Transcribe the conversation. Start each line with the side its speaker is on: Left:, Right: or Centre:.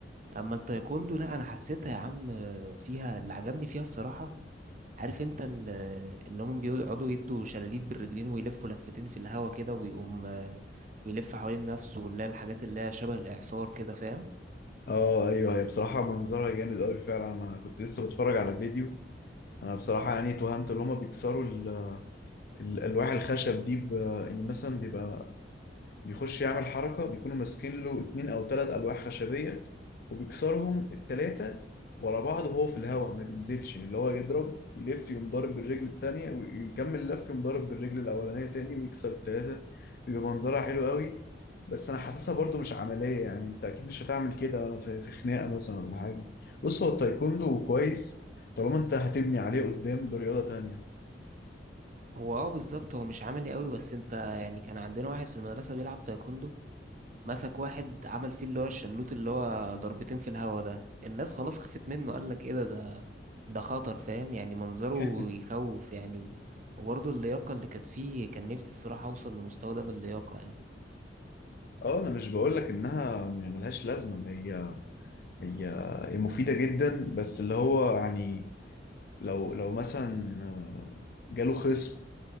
Right: اما التايكوندو لا انا حسيتها يا عم فيها اللي عجبني فيها الصراحة عارف انت ال- اللي هم بيقعدوا يدوا شلاليت بالرجلين ويلفوا لفتين في الهوا كده ويقوم آه، ويلف حوالين نفسه واللي هي الحاجات اللي هي شبه الإعصار كده فاهم
Left: اه ايوه هي بصراحه منظرها جامد قوي فعلا انا كنت لسه بتفرج على فيديو انا بصراحه يعني توهمت ان هما بيكسروا ال- ال- الالواح الخشب دي ب... يعني مثلا بيبقى بيخش يعمل حركة بيكونوا ماسكين له اتنين أو تلات ألواح خشبية وبيكسرهم التلاتة ورا بعض وهو في الهواء ما بينزلش اللي هو يضرب يلف يقوم ضارب بالرجل التانية ويكمل لف يقوم ضارب بالرجل الأولانية تاني ويكسر التلاتة بيبقى منظرها حلو قوي بس أنا حاسسها برضو مش عملية يعني أنت أكيد مش هتعمل كده في في خناقة مثلا ولا حاجة بص هو التايكوندو كويس طالما أنت هتبني عليه قدام برياضة تانية
Right: هو اه بالظبط هو مش عملي قوي بس انت يعني كان عندنا واحد في المدرسة بيلعب تايكوندو مسك واحد عمل فيه اللي هو الشلوت اللي هو ضربتين في الهوا ده الناس خلاص خفت منه قال لك ايه ده ده ده خطر فاهم يعني منظره
Left: <laughs>
Right: يخوف يعني و- وبرضه اللياقة اللي كانت فيه كان نفسي الصراحة اوصل للمستوى ده باللياقة يعني
Left: اه انا مش بقولك انها يعني ملهاش لازمه هي هي هي مفيدة جدا بس اللي هو يعني لو لو مثلا آه، جاله خصم